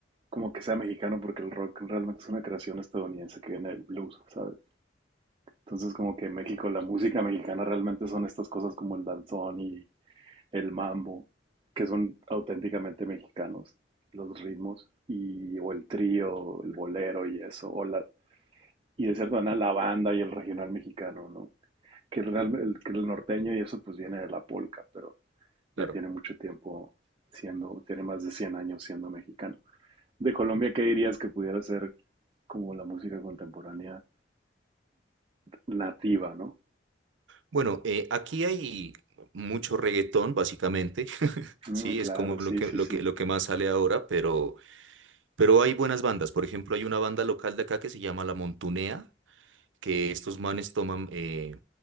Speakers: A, on the right; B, on the right.
A: como que sea mexicano, porque el rock realmente es una creación estadounidense que viene del blues, ¿sabes? Entonces, como que en México, la música mexicana realmente son estas cosas como el danzón y el mambo, que son auténticamente mexicanos, los ritmos, y, o el trío, el bolero y eso, o la, y de cierta manera la banda y el regional mexicano, ¿no? que el, el- que el norteño y eso pues viene de la polca, pero
B: Claro.
A: ya tiene mucho tiempo siendo, tiene más de 100 años siendo mexicano. De Colombia, ¿qué dirías que pudiera ser como la música contemporánea nativa, ¿no?
B: Bueno, eh, aquí hay mucho reggaetón, básicamente. <laughs>
A: Mm,
B: Sí,
A: claro,
B: es como
A: sí,
B: lo que,
A: sí,
B: lo
A: sí.
B: que, lo que más sale ahora, pero, pero hay buenas bandas. Por ejemplo, hay una banda local de acá que se llama La Montunea, que estos manes toman eh,